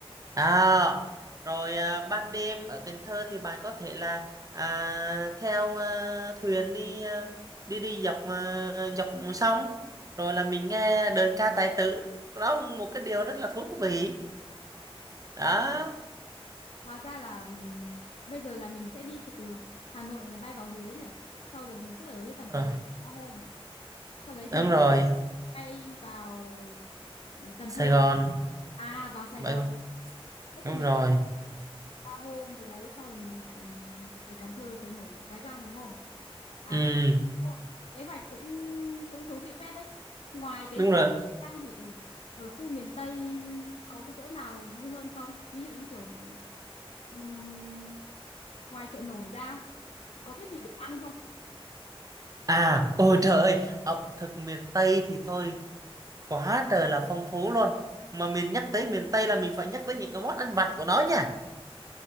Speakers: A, on the right; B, on the left.
A: À, rồi à, ban đêm ở Cần Thơ thì bạn có thể là à, theo à, thuyền đi à, đi đi dọc à, dọc sông rồi là mình nghe đờn ca tài tử đó cũng một cái điều rất là thú vị đó
B: à hóa ra là ừm, bây giờ là mình sẽ đi từ Hà Nội này bay vào Huế này sau rồi mình sẽ ở ấy tầm
A: Ờ,
B: khoảng ba hôm này sau đấy
A: đúng
B: thì mình
A: rồi
B: bay vào Cần
A: Sài
B: Thơ luôn
A: Gòn
B: à vào Sài
A: vậy
B: Gòn thế
A: đúng
B: thì mình
A: rồi
B: ba hôm gì đấy sau thì mình lại về Cần Thơ chợ nổi được cái răng đúng không à
A: ừ
B: cũng cũng- kế hoạch cũng cũng thú vị phết đấy ngoài cái
A: đúng
B: chợ
A: rồi
B: cái răng thì ở, ở khu miền Tây có cái chỗ nào vui hơn không ví dụ như kiểu ừm, ngoài chợ nổi ra có cái gì để ăn không
A: à ôi trời ơi ẩm thực miền Tây thì thôi quá trời là phong phú luôn mà mình nhắc tới miền Tây là mình phải nhắc tới những cái món ăn vặt của nó nha